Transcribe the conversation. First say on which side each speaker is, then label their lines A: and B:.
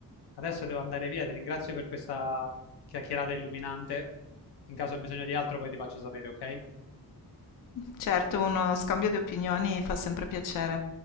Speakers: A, on the left (about 85°); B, on the left (about 55°).
A: adesso devo andare via, ti ringrazio per questa chiacchierata illuminante. In caso ho bisogno di altro, poi ti faccio sapere, ok?
B: Certo, uno scambio di opinioni fa sempre piacere.